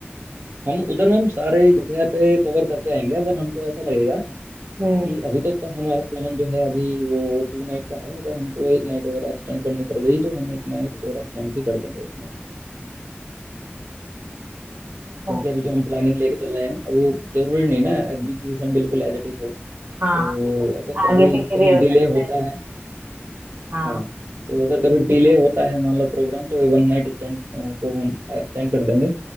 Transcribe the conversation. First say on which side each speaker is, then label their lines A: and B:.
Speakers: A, on the right; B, on the right.
A: हम उधर हम सारे जगह पे कवर करके आएंगे अगर हमको ऐसा लगेगा
B: हम्म
A: कि अभी तक तो हमारा प्लान जो है अभी वो टू नाइट का है अगर हमको एक नाइट और एक्सटेंड करनी पड़ गई तो हम एक नाइट और एक्सटेंड भी कर देंगे उसमें
B: हाँ
A: क्योंकि अभी जो हम प्लानिंग लेके चल रहे हैं अब वो जरूरी नहीं ना एग्जीक्यूशन बिल्कुल एज इट इज हो तो
B: हाँ, कुछ
A: अगर
B: आगे
A: कभी
B: पीछे
A: कहीं
B: भी हो
A: डिले
B: सकता
A: होता
B: है
A: है
B: हाँ
A: हाँ तो अगर कभी डिले होता है मान लो प्रोग्राम तो वन नाइट स्टैंड को हम एक्सटेंड कर देंगे